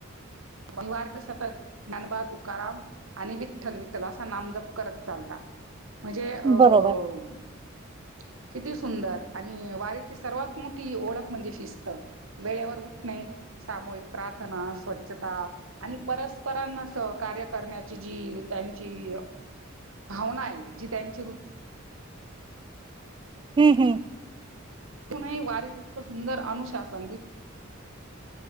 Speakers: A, on the right (about 80°); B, on the right (about 25°).
A: ववारक सतत ज्ञानबा तुकाराम आणि विठ्ठल- विठ्ठल असा नामजप करत चालता म्हणजे अ -
B: बरोबर
A: किती सुंदर आणि वारीची सर्वात मोठी ओळख म्हणजे शिस्त - वेळेवर उठणे सामूहिक प्रार्थना स्वच्छता - आणि परस्परांना सहकार्य करण्याची जी त्यांची - भावना आहे जी त्यांची वृत्ती -
B: हम् -हम्
A: कोणही वारी त इतकं सुंदर अनुशासन -